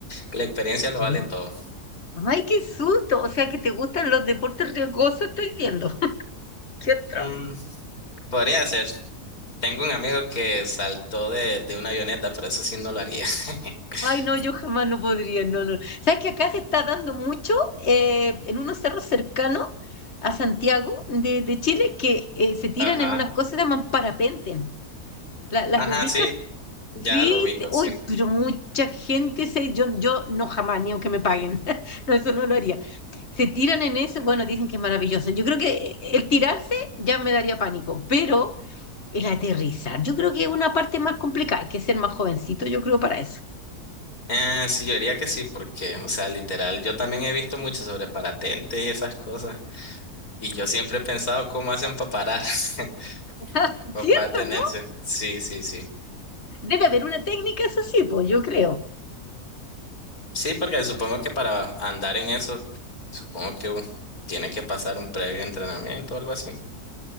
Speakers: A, on the left; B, on the left.
A: la experiencia lo vale
B: ¿Sí?
A: todo.
B: ¡Ay, qué susto! O sea que te gustan los deportes riesgosos, estoy viendo. <laughs> ¡Qué atroz!
A: Mm, podría ser. Tengo un amigo que saltó de, de una avioneta, pero eso sí no lo haría. <laughs>
B: Ay, no, yo jamás no podría, no, no. ¿Sabes que acá se está dando mucho eh, en unos cerros cercanos a Santiago de, de Chile que eh, se tiran
A: Ajá.
B: en unas cosas que se llaman parapenten? ¿La- ¿Las
A: Ajá,
B: ubicas?
A: sí, ya
B: Sí,
A: lo ubico,
B: sí, uy,
A: sí.
B: pero mucha gente se, yo, yo no jamás, ni aunque me paguen, <laughs> no, eso no lo haría. Se tiran en eso, bueno, dicen que es maravilloso. Yo creo que eh, el tirarse ya me daría pánico, pero el aterrizar, yo creo que es una parte más complicada, hay que ser más jovencito, yo creo, para eso.
A: Eh, sí, yo diría que sí, porque, o sea, literal, yo también he visto mucho sobre parapente y esas cosas, y yo siempre he pensado cómo hacen para parar <laughs>
B: <laughs>
A: o
B: ¿Cierto,
A: para detenerse.
B: no?
A: Sí, sí, sí.
B: Debe haber una técnica, eso sí, pues yo creo.
A: Sí, porque supongo que para andar en eso, supongo que un- tiene que pasar un previo entrenamiento o algo así.